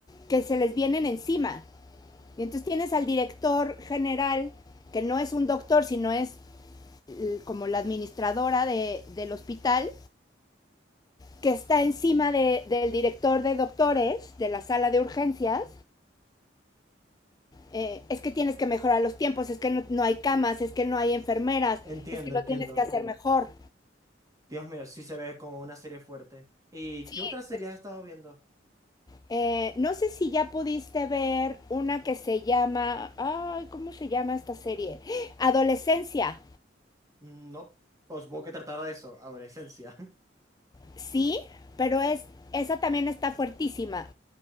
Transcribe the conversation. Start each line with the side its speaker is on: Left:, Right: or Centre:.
Left: que se les vienen encima. Y entonces tienes al director general, que no es un doctor, sino es eh, como la administradora de, del hospital, que está encima de, del director de doctores de la sala de urgencias, eh, es que tienes que mejorar los tiempos, es que no, no, hay camas, es que no hay enfermeras,
Right: Entiendo,
Left: es que lo
Right: entiendo.
Left: tienes que hacer mejor.
Right: Dios mío, sí se ve como una serie fuerte. ¿Y
Left: Sí,
Right: qué otras series has estado viendo?
Left: eh, no sé si ya pudiste ver una que se llama, ay, ¿cómo se llama esta serie? Adolescencia,
Right: Mm, No, pues supongo que tratará de eso, adolescencia. <laughs>
Left: sí, pero es, esa también está fuertísima,